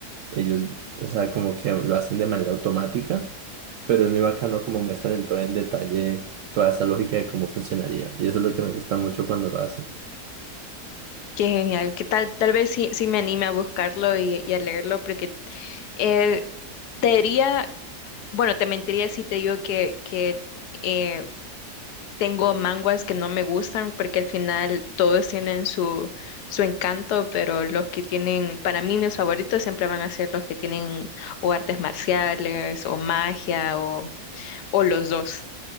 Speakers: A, on the right; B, on the left.
A: ellos, o sea, como que lo hacen de manera automática pero es muy bacano como muestran en todo en detalle toda esa lógica de cómo funcionaría. Y eso es lo que me gusta mucho cuando lo hacen.
B: Qué genial, que tal, tal vez sí, sí me anime a buscarlo y, y a leerlo, porque eh, te diría, bueno, te mentiría si te digo que, que eh, Tengo manguas que no me gustan porque al final todos tienen su, su encanto, pero los que tienen, para mí mis favoritos siempre van a ser los que tienen o artes marciales o magia o, o los dos.